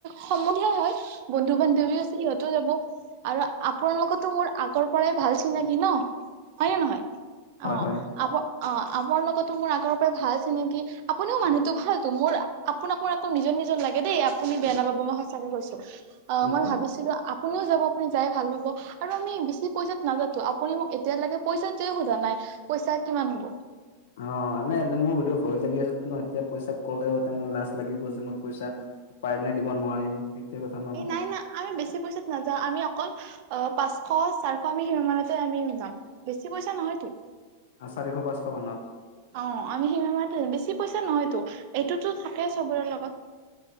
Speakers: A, on the right (about 45°); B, on the left (about 55°).
A: সমনিয়াই হয় বন্ধু বান্ধৱী আছে সিহঁতও যাব। আৰু আপোনালোকতো মোৰ আগৰ পৰাই ভাল চিনাকি ন হয় নে নহয়
B: হয়,
A: অ।
B: হয়।
A: আপ আপোনাৰ লগতো মোৰ আগৰ পৰাই ভাল চিনাকি আপুনিও মানুহতটো
B: উ,
A: ভালো মোৰ। আপোনাক মোৰ একো নিজৰ নিজৰ লাগে দেই আপুনি বেয়া নাপাব মই সঁচাকে কৈছো আহ
B: উ,
A: মই
B: উ।
A: ভাবিছিলো। কোনেও যাব আপুনি যাই ভাল পাব আৰু আমি বেছি পইচাত নাজাতো আপুনি মোক এতিয় লাগে পইচা টোৱে সোধা নাই। পইচা কিমান হ'ব।
B: অ নাই মোৰ সেইটো ভয় লাগি আছে এতিয়া পইচা কলেও মোৰ লাজ লাগিব যে মোৰ পইচা। পাৰিম নে দিব নোৱাৰিম। সেইটোৱে কথা ন।
A: এই নাই নাই আমি বেছি। পইচাত নাযাওঁ আমি অকল অ পাঁচশ চাৰিশ আমি সিমানতে আমি যাম। বেছি পইচা নহয়তো
B: আৰু চাৰিশ-পাঁচশ মানত
A: অ। আমি সিম মাহ বেছি পইচা নহয়তো এইটোতো থাকে চবৰেৰ লগত।